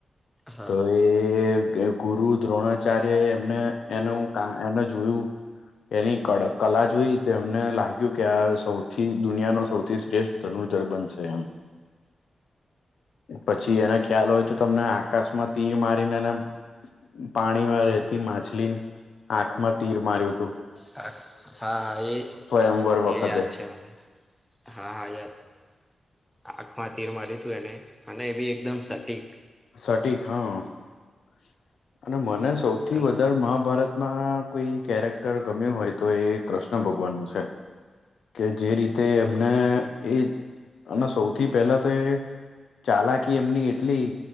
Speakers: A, in the centre; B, on the left.
A: હા
B: તો એ કે ગુરુ દ્રોણાચાર્ય એ એમને એનું <unintelligible> જોયું. એની કળા કલા જોઈ તો એમને લાગ્યું કે આ સૌથી દુનિયા નો સૌથી શ્રેષ ધનુર્ધર બનશે એમ પછ એને ખ્યાલ હોય તો તમને આકાશમાં તીર મારીને એને પાણીમાં રે તી માછલીન આંખમાં તીર માર્યું તું
A: હા હા એ
B: સ્વયંવર વખતે
A: એ યાદ છે, મને હા હા યાદ <unintelligible> આંખમાં તીર માર્યું તું એને અને એ બી એકદમ સટીક
B: સટીક હ અને મને સૌથી
A: હમ
B: વધારે મહાભારતમાં કોઈ કેરેક્ટર ગમ્યું હોય તો એ કૃષ્ણ ભગવાનનું છે. કે જે રીતે એમને એ અને સૌથી પહેલા તો એ ચાલાકી એમની એટલી